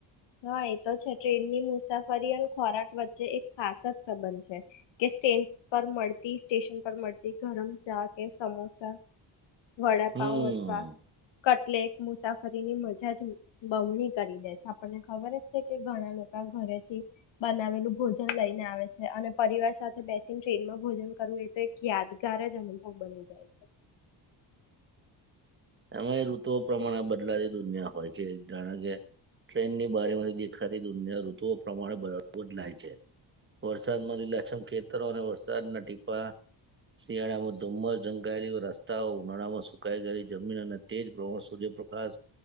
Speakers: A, on the left; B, on the right.
A: હા એ તો છે ટ્રેનની મુસાફરી અને ખોરાક વચ્ચે એક ખાસ જ સંબંધ છે કે સ્ટન પર મળતી સ્ટેશન પર મળતી ગરમ ચા કે સમોસા વડાપાઉ
B: હમ
A: અથવા કટલેક મુસાફરીની મજા જ બમણી કરી દે છે. આપણને ખબર હ. કે ઘણા લોકો ઘરેથી બનાવેલું ભોજન લઈને આવે છે અને પરિવાર સાથે બે ટ્રેનમાં ભોજન કરવું એ તો એક યાદ કાર જ અનુભવ બની જાય છે.
B: એમાં ઋતુઓ પ્રમાણે બદલાતી દુનિયા હોય છે જાણે કે ટ્રેનની બારીમાંથી દેખાતી દુનિયા ઋતુઓ પ્રમાણે બદલાય છે વરસાદમાં લી લછમ ખેતરો અને વરસાદના ટીપા શિયાળામાં ધુમ્મસ ઝંકાયેલી રસ્તા ઉનાળામાં સુકાઈ ગયેલી. જમીન અને તેજ પ્રવણ સુધ પ્રકાશ